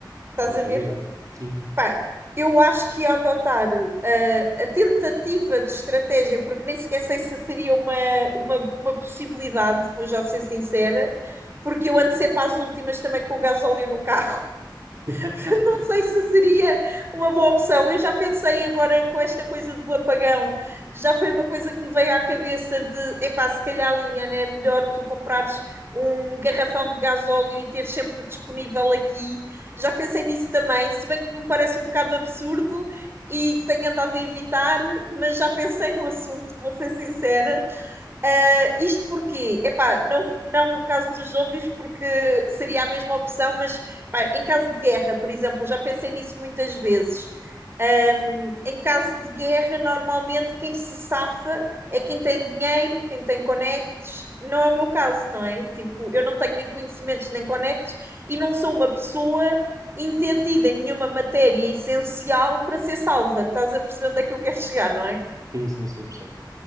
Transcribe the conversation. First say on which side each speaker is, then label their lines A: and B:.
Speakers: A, on the right (about 30°); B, on the right (about 45°).
A: estás
B: É uma
A: a
B: realidade.
A: ver?
B: Sim,
A: Pá, eu acho que ia adotar eh, a, tentativa de estratégia, porque nem sequer sei se seria uma, uma, uma possibilidade, vou já ser sincera, porque eu ando sempre às últimas também com o gasóleo no carro.
B: <laughs>
A: <laughs> Portanto, não sei se seria uma boa opção. Eu já pensei agora com esta coisa do apagão, já foi uma coisa que me veio à cabeça de, epá, se calhar, Liliana, é melhor tu comprares um garrafão de gasóleo e ter sempre disponível aqui. Já pensei nisso também, se bem que me parece um bocado absurdo e tenho andado a evitar, mas já pensei no assunto, vou ser sincera. Ah, isto porquê? Epá, não, não no caso dos zombies, porque seria a mesma opção, mas pá, em caso de guerra, por exemplo, já pensei nisso muitas vezes. Ahm, em caso de guerra, normalmente quem se safa é quem tem dinheiro, quem tem conectos. Não é o meu caso, não é? Tipo, eu não tenho nem conhecimentos nem conectos e não sou uma pessoa entendida em nenhuma matéria essencial para ser salva. Estás a perceber onde é que eu quero chegar, não é?
B: sim, sim, sim, percebo.